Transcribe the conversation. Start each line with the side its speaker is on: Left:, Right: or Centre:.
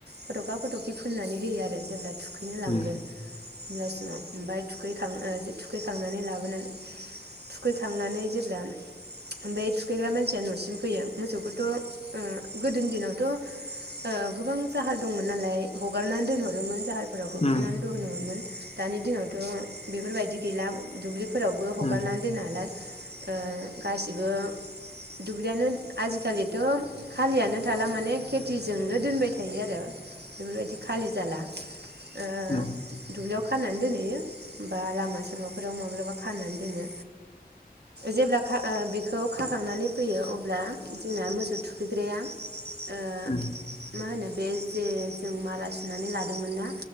Right: फटखा फटखि फुननानै होयो आरो जेब्ला थुखैनो लांगोन
Left: उम
Right: होमब्लास ओमफाय थुखै थुखैखांनानै लाबोनानै थुखैखांनानै जेब्ला ओमफाय थुखैग्रा मानसिया नसिम फैयो मोसौखौथ' ओ गोदोनि दिनावथ' ओ गोबां जाहार दंमोन नालाय हगारनानै दोनहरोमोन जाहार फोराव होखोनानै
Left: उम
Right: दोनहरोमोन। दानि दिनावथ' बेफोरबायदि गैला दुब्लि फोरावबो हगारनानै
Left: उम
Right: दोननो हाला ओ गासिबो दुब्लियानो आजिखालिथ खालियानो थाला माने खेथिजोंनो दोनबाय थायो आरो। बेफोरबायदि खालि जाला ओ
Left: उम
Right: दुब्लियाव खानानै दोनहैयो लामा सामाफोराव माब्लाबा खानानै दोनो जेब्ला खा ओ बेखौ खाखांनानै फैयो अब्ला जोंना मोसौ थुखैग्राया ओ
Left: उम
Right: मा होनो बे जे जों माला सुनानै लादोंमोन ना